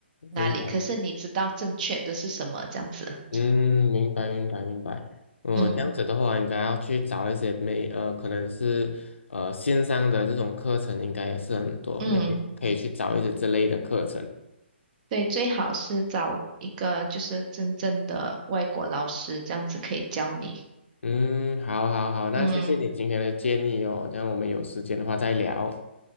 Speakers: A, on the right (about 40°); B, on the left (about 75°).
A: 哪里，
B: 明白，
A: 可是你知道正确的是什么这样子。
B: 嗯，明白，明白，明白。嗯，
A: 嗯
B: 这样子的话，应该要去找一些美，呃，可能是呃线上的这种课程，应该也是很多，
A: 嗯。
B: 美天可以去找一些这类的课程。
A: 对，最好是找一个就是真正的外国老师，这样子可以教你。
B: 嗯，好，好，好，那谢谢你今天的建议哦，
A: 嗯，
B: 这样我们有时间的话再聊。